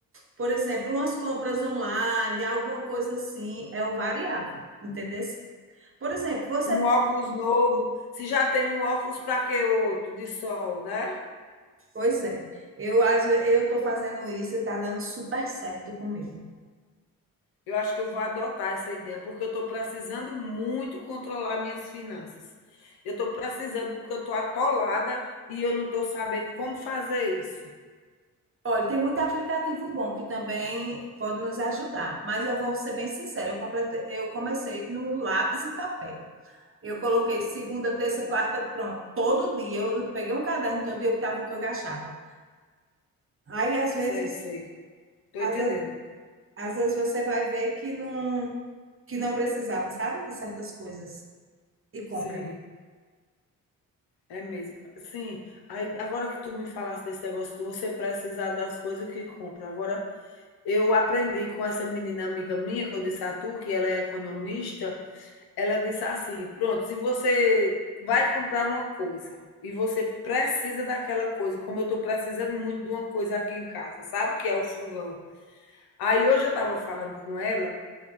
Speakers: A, on the right (about 35°); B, on the left (about 75°).
A: por exemplo, umas compras online, alguma coisa assim, é o variável, entendeu? Por exemplo, você,
B: Um óculos novo. Se já tem um óculos, para que outro? De sol, né?
A: pois é, eu às eu estou fazendo isso e está dando super certo comigo.
B: Eu acho que eu vou adotar essa ideia, porque eu estou precisando muito controlar minhas finanças. Eu estou precisando, porque eu estou atolada e eu não estou sabendo como fazer isso.
A: Olha, tem muito aplicativo bom que também pode nos ajudar, mas eu vou ser bem sincera, eu completei, eu comecei no lápis e papel. Eu coloquei segunda, terça, quarta, pronto. Todo dia eu peguei um caderno, todo dia eu estava o que eu gastava. Aí às vezes,
B: Sei, sei. Estou
A: às,
B: entendendo.
A: às vezes você vai ver que não que não precisava, sabe, de certas coisas e compra.
B: Sim, é mesmo. Sim, aí, agora que tu me falaste desse negócio de você precisar das coisas que compra. Agora, eu aprendi com essa menina amiga minha, que eu disse a tu, que ela é economista, Ela disse assim: "Pronto, se você vai comprar uma coisa e você precisa daquela coisa, como eu estou precisando muito de uma coisa aqui em casa, sabe, que é o fogão". Aí hoje eu estava falando com ela